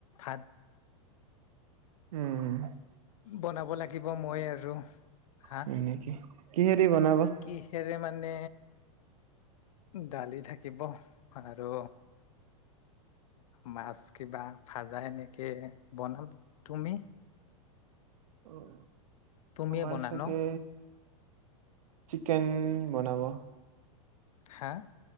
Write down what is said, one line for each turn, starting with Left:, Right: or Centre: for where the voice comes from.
Left: ভাত
Right: উম
Left: বনাব লাগিব মই আৰু হা
Right: হয় নেকি কিহেৰি বনাব?
Left: কিহেৰে মানে দালি থাকিব আৰু মাছ কিবা ভাজা এনেকে বনাম তুমি?
Right: উম
Left: তুমিয়ে
Right: আমাৰ
Left: বনা
Right: চাগে
Left: ন
Right: চিকেন বনাব
Left: হা